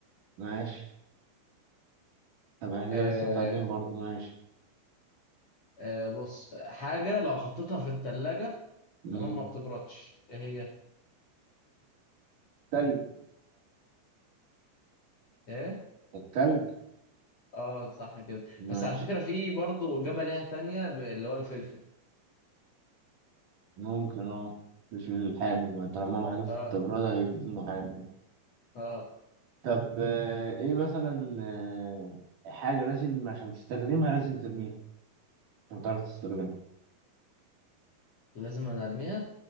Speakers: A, on the right; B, on the left.
A: ماشي طب احنا كده
B: آه،
A: لسه متعادلين برضو ماشي
B: آه، بص حاجة لو حطيتها في التلاجة
A: مم.
B: تمام ما بتبردش ايه هي
A: تلج
B: إيه؟
A: التلج
B: اه صح كده
A: ماشي
B: بس على فكرة في برضه إجابة ليها تانية ب- اللي هو الفلفل
A: ممكن اه مش الحامي ما طالما ما حدث
B: اه
A: التبرد هيجيب له حامي
B: اه
A: طب آه، ايه مثلا آه، حاجة لازم عشان تستخدمها لازم ترميها عشان تعرف تستخدمها
B: لازم أنا ارميها